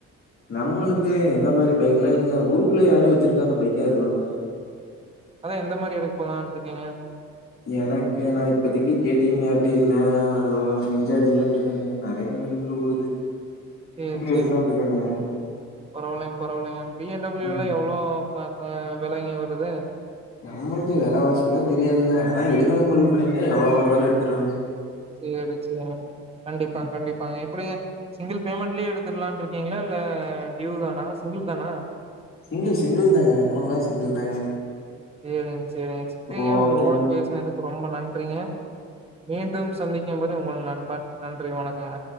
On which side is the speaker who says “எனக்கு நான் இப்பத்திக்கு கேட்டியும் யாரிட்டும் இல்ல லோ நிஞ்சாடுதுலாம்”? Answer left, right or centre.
Left